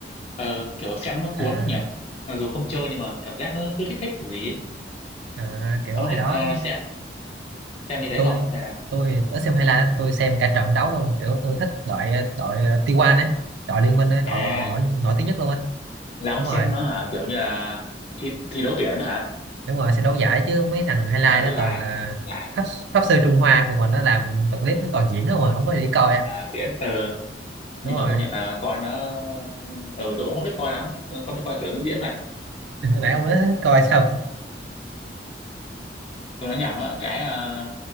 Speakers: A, on the left (about 35°); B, on the right (about 75°).
A: ờ, kiểu xem nó cuốn
B: à,
A: lắm nhỉ mặc dù không chơi nhưng mà cảm giác nó cứ thích thích cái gì ấy.
B: à, kiểu
A: ông
B: hồi
A: có thích
B: đó
A: à, xem xem như thế
B: tôi
A: không hay là
B: tôi thì ít xem highlight lắm tôi xem cả trận đấu luôn kiểu tôi thích đội đội T1 ấy đội Liên Minh ấy đội
A: à
B: gọi là nổi nổi tiếng nhất luôn ấy
A: là ông
B: đúng
A: xem
B: rồi
A: nó hả kiểu như là thi thi đấu tuyển đó hả
B: đúng rồi xem đấu giải chứ mấy thằng highlight
A: à đấu
B: đó
A: giải
B: toàn là
A: thi đấu giải
B: pháp, pháp sư Trung Hoa còn mà nó làm tập clip nó toàn diễn không mà không có gì để coi á
A: à, diễn ờ nhưng
B: đúng rồi
A: mà công nhận là coi nó ờ tôi cũng không thích coi lắm không thích coi kiểu diễn vậy
B: <laughs> nãy ông nói hết coi xong
A: tôi nói nhầm á cái à,